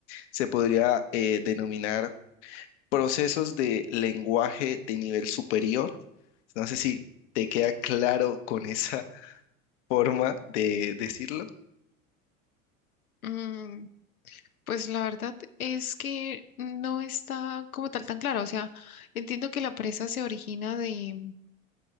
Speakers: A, on the left (about 55°); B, on the left (about 85°).
A: se podría eh, denominar procesos de lenguaje de nivel superior. No sé si te queda claro con esa <laughs> forma de decirlo.
B: Mm, pues la verdad es que no está como tal tan claro. O sea, entiendo que la presa se origina de,